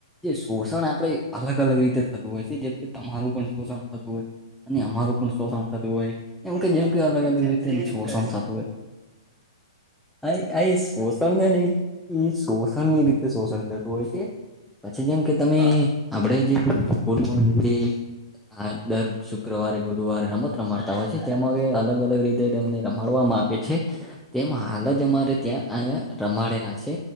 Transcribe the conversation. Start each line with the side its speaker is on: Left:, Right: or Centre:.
Centre: જે શોષણ આપડણે અલગ અલગ રીતે થતું હોય છે જેમ તમારું પણ શોષણ થતું હોય અને અમારું પણ શોષણ થતું હોય એમ
Right: ટ્રાન્સક્રિપ્શન
Centre: કે જેમ કે અલગ અલગ રીતે
Right: કેવી રીત
Centre: શોષણ
Right: કરીશ
Centre: થતું હોય હ આ એ શોષણ છે નહી એ શોષણ ની રીતે શોષણ થ હોય છે પછી જેમ કે તમે
Right: હા
Centre: આપણે જે સ્કૂલ જે હા દર શુક્રવારે ગુરુવારે રમત રમાડતા હોય છે તેમાં અલગ અલગ રીતે તેમને મળવામાં આવે છે તેમ હાલ
Right: હમ
Centre: જ અમારે ત્યાં અહંયા રમાડેલા છે